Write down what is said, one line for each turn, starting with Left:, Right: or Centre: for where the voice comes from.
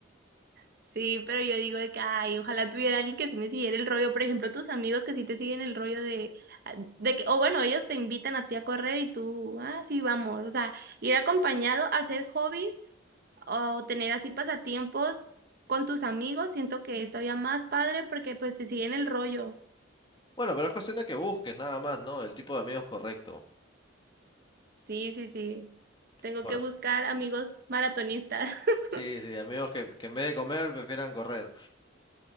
Right: Sí, pero yo digo de que, ay, ojalá tuviera alguien que sí me siguiera el rollo. Por ejemplo, tus amigos que sí te siguen el rollo de, ah, de que, o bueno, ellos te invitan a ti a correr y tú, ah, sí, vamos. O sea, ir acompañado a hacer hobbies o tener así pasatiempos con tus amigos, siento que es todavía más padre porque pues te siguen el rollo.
Left: Bueno, pero es cuestión de que busques nada más, ¿no? El tipo de amigos correcto.
Right: Sí, sí, sí. Tengo
Left: Por-
Right: que buscar amigos maratonistas. <laughs>
Left: Sí, sí, amigos que, que en vez de comer prefieran correr.